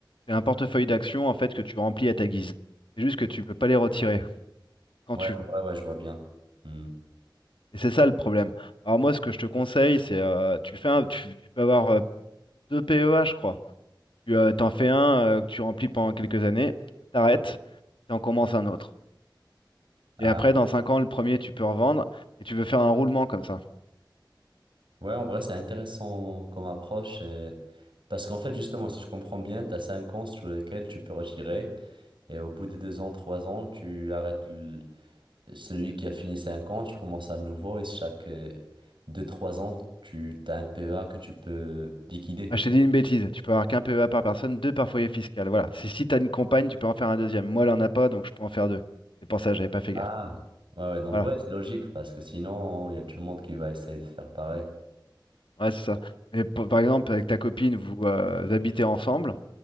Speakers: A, on the left; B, on the right.
A: c'est un portefeuille d'actions en fait que tu remplis à ta guise. C'est juste que tu peux pas les retirer quand
B: Ouais,
A: tu
B: ouais,
A: veux.
B: ouais, je vois bien. Mm.
A: Et c'est ça le problème. Alors moi, ce que je te conseille, c'est euh, tu fais un, tu, tu peux avoir euh, deux PEA, je crois. Tu euh, t'en fais un euh, que tu remplis pendant quelques années, t'arrêtes, tu en commences un autre.
B: Ah,
A: Et après, dans cinq ans, le premier, tu peux revendre et tu veux faire un roulement comme ça.
B: Ouais, en vrai, c'est intéressant comme approche. euh, Parce qu'en fait, justement, si je comprends bien, tu as 5 ans sur lesquels tu peux retirer. Et au bout de 2 ans, 3 ans, tu arrêtes l- celui qui a fini 5 ans, tu commences à nouveau. Et chaque euh, deux, trois ans, tu as un PEA que tu peux liquider.
A: Ah, je t'ai dit une bêtise. Tu peux avoir qu'un PEA par personne, deux par foyer fiscal. Voilà. Si, si t'as une compagne, tu peux en faire un deuxième. Moi, elle en a pas, donc je peux en faire deux. C'est pour ça, j'avais pas fait
B: Ah.
A: gaffe.
B: Ouais, ouais, donc
A: Voilà.
B: ouais, c'est logique. Parce que sinon, il y a tout le monde qui va essayer de faire pareil.
A: Ouais, c'est ça. Mais p- par exemple, avec ta copine, vous euh, vous habitez ensemble.